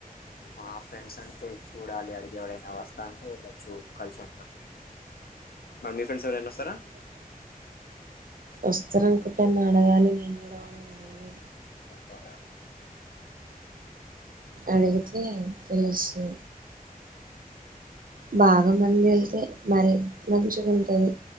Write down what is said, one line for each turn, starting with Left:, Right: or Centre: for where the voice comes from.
Left: మా ఫ్రెండ్స్ అంటే చూడాలి అడిగిఎవరైనా వస్తా అంటే వెళ్ళొచ్చు కలిసిసందరాం మరి మీ ఫ్రెండ్స్ ఎవరైనా వస్తారా
Right: వస్తరనుకుంట నాన అడగాలి నేను నేను అడగాలి
Left: ఒకే రా
Right: అడిగితే తెలుసు బాగా మంది ఎల్తే మరి మంచిగా ఉంటంది